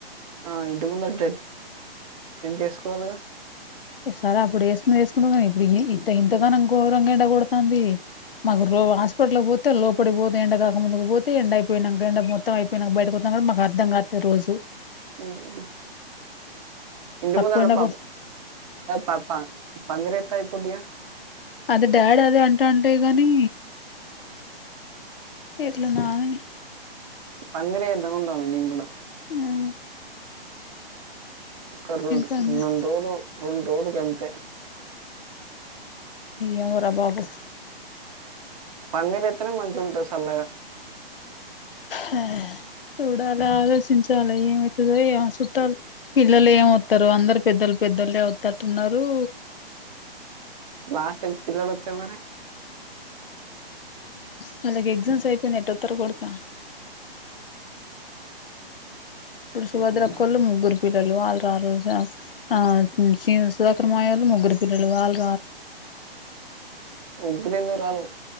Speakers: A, on the right (about 35°); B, on the left (about 60°).
A: ఆ ఇంటి ముందటె టెంట్ ఏస్కోవాలిగా
B: సరే అప్పుడు వేసుకునేది వేసుకున్నాం గానీ ఏ ఇప్పుడు ఇంత ఇంతగానం గోరంగ ఎండ గొడతాంది మాకు రో హాస్పిటల్ పోతే లోపడికి పోతే ఎండ కాక ముందు పోతే ఎండ అయిపోయినాక ఎండ మొత్తం అయిపోయినాక బయటకు మాకు అర్థం గాట్లే రోజు
A: మ్ ఇంటి
B: తక్కువ
A: ముందాల
B: ఎండ
A: ప
B: కొడు
A: పప్ప పందిరేత్తే అయిపోద్దిగా
B: అది డాడ్ అదే అంటంటయి గనీ ఎట్లనా అని
A: పందిరేద్దాం అంటన నేన్ గుడా
B: మ్
A: ఒక రెండ్
B: పని
A: రొండు రోలు రొండు రోలు గంతే
B: ఏమోరా బాబు
A: పందిరేత్తెనే మంచిగుంటద్ సల్లగ.
B: ఉ చూడాల ఆలోచించాలే ఏమైతదో ఏమో సుట్టాల్ పిల్లలేమోత్తరో అందర్ పెద్ద ల్ పెద్దళ్లు వత్తట్టున్నరు.
A: హాస్టల్ ఫిల్లల్ అత్తే మరి
B: వాళ్ళక్ ఎగ్జామ్స్ అయిపోయి తొత్తరు గుడ్క ఇప్పుడు సుభద్రక్కోళ్ళు
A: ఏమో
B: ముగ్గుర్ పిల్లలు ఆల్ రారు సు ఆ సీను సుధాకర్ మామయ్యోలు ముగ్గురు పిల్లలు ఆల్
A: ముగ్గురు ఎందుకు రాలు.